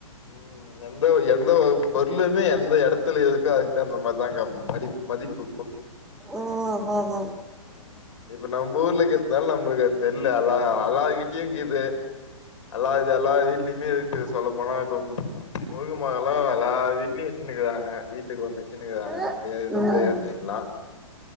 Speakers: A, on the left (about 60°); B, in the centre.
A: ம் எந்த எந்த ஒருபொருளுமே எந்த எடத்துல இருக்கோ அதுக்கு தகுந்தாமாரிதாங்க மடி மதிப்பு
B: உம் உம் உம்
A: அஹ் இப்ப நம்ம ஊர்ல கேத்தனாலும் நம்மளுக்கு தெரில அல்லா அல்லாகிட்டயும் கீது அல்லாது எல்லா வீட்லயுமே இருக்கு சொல்லப்போனா இப்முருங் மொதல எல்லா வீட்லயு வச்சினுகிறாங்க வீட்டுக்கு ஒண்ணு வச்சுனுகிறாங்க
B: அதா
A: நம்ப நம்பஏரியா
B: ம்
A: சைட்ல லா